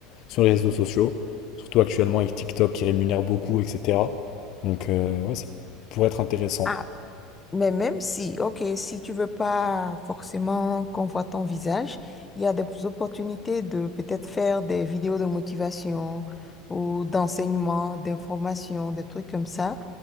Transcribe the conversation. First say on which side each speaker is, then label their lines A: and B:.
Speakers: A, on the left; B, on the left.
A: sur les réseaux sociaux, surtout actuellement avec TikTok qui rémunère beaucoup, etc. Donc euh, ouais, ça pourrait être intéressant.
B: ah Mais même si, ok, si tu veux pas forcément qu'on voit ton visage, il y a des opportunités de peut-être faire des vidéos de motivation ou d'enseignement, d'information, des trucs comme ça,